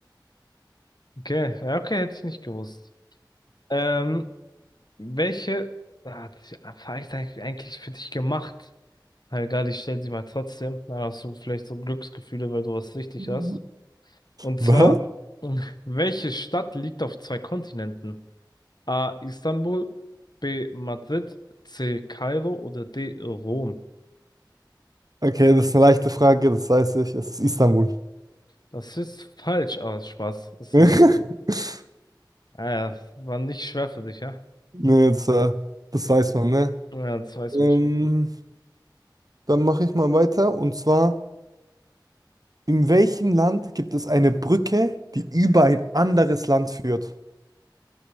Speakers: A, on the left; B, on the right.
A: Okay, ja, okay, hätte ich nicht gewusst. Ähm, welche ah, die Frage ist eigentlich eigentlich für dich gemacht? Na egal, ich stell sie mal trotzdem. Dann hast du vielleicht so Glücksgefühle, weil du was richtig
B: <laughs>
A: hast. Und
B: Was?
A: zwar, <laughs> welche Stadt liegt auf zwei Kontinenten? A. Istanbul, B. Madrid, C. Kairo oder D. Rom.
B: Okay, das ist eine leichte Frage, das weiß ich. Es ist Istanbul.
A: Das ist falsch, aber Spaß. Das
B: <laughs>
A: ist, äh, war nicht schwer für dich, ja?
B: Nee, das, äh, das weiß man, ne?
A: Ja, das weiß
B: Ähm,
A: man schon. Hab
B: dann mache ich mal weiter. Und zwar, in welchem Land gibt es eine Brücke, die über ein anderes Land führt?